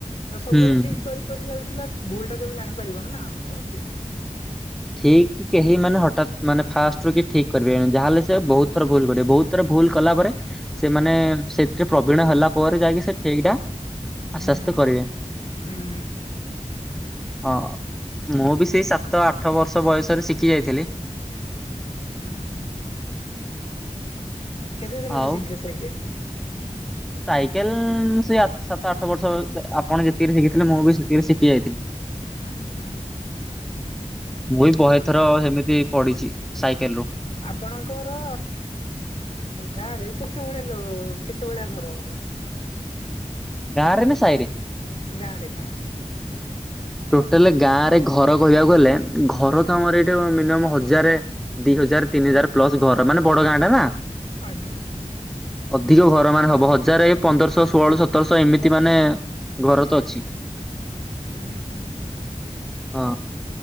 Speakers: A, on the left; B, in the centre.
A: ଆଉ ସବୁବେଳେ
B: ହୁଁ।
A: ଠିକ କରି କରି ଚାଲୁଥିଲ ଭୁଲ ଟା କେବେ ଜାଣିପାରିବନି ନା ତ ସେ
B: ଠିକ କି କେହି ମାନେ ହଠାତ୍ ମାନେ ଫାଷ୍ଟ ରୁ କି ଠିକ୍ କରିବେ ଯାହେଲେ ସେ ବହୁତ ଥର ଭୁଲ କରିବେ ବହୁତ ଥର ଭୁଲ କଲା ପରେ ସେମାନେ ସେଥିରେ ପ୍ରବୀଣ ହେଲା ପରେ ଯାଇକି ସେ ଠିକ୍ ଟା
A: ହୁଁ।
B: ଆସ୍ତେ ଆସ୍ତେ କରିବେ।
A: ହୁଁ
B: ହଁ ମୁଁ ବି ସେଇ ସାତ ଆଠ ବର୍ଷ ବୟସରେ ଶିଖି ଯାଇଥିଲି।
A: ହୁଁ ହୁଁ କେତେ ଦିନରେ
B: ଆଉ
A: ଶିଖିଲେ ସାଇକେଲ?
B: ସାଇକେଲ ସେ ସାତ ଆଠ ବର୍ଷ ଆପଣ ଯେତିକିରେ ଶିଖିଥିଲେ ମୁଁ ବି ସେତିକିରେ ଶିଖି ଯାଇଥିଲି।
A: ହୁଁ ହୁଁ
B: ମୁଁଇ ବହେଥର ହେମିତି ପଢିଛି ସାଇକେଲ ରୁ
A: ଆପଣଙ୍କର ଗାଁ ରେ କେତେ ଭଳିଆ କେତେ ଭଳିଆ ଘର ହବ।
B: ଗାଁରେ ନା ସାହିରେ?
A: ଗାଁରେ ଗାଁରେ।
B: ଟୋଟାଲ ଗାଁ ରେ ଘର କହିବାକୁ ଗଲେ ଘର ତ ଆମର ଏଇଠି ମିନିମମ ହଜାରେ ଦି ହଜାର ତିନି ହଜାର ପ୍ଲସ ଘର ମାନେ ବଡ ଗାଁ ଟା ନା।
A: ଆଜ୍ଞା।
B: ଅଧିକ ଘର ମାନେ ହବ ହଜାରେ ପନ୍ଦରଶହ ଷୋଳ ସତରଶହ ଏମିତି ମାନେ ଘର ତ ଅଛି।
A: ହଁ ହଁ।
B: ହଁ